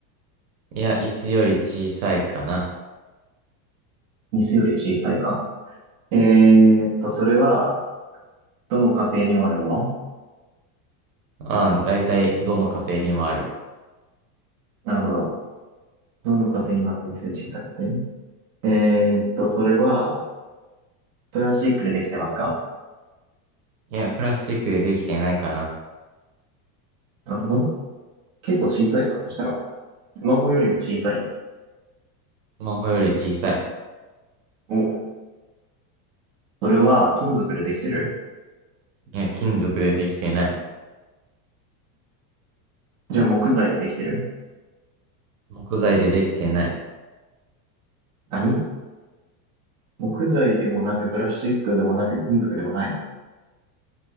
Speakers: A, on the right; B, on the right.
A: いや、椅子より小さいかな。
B: 椅子より小さいか。えーっと、それは、どの家庭にもあるもの
A: うん、だいたいどの家庭にもある。
B: なるほど。どの家庭にもあって椅子より小さくて。えーっと、それは、プラスチックでできてますか
A: いや、プラスチックでできてないかな。
B: なるほど。結構小さいか。そしたら、スマホよりも小さい。
A: スマホより小さい。
B: お、それは金属でできてる
A: いや、金属でできてない。
B: じゃあ木材でできてる
A: 木材でできてない。
B: 何木材でもなく、プラスチックでもなく、金属でもない。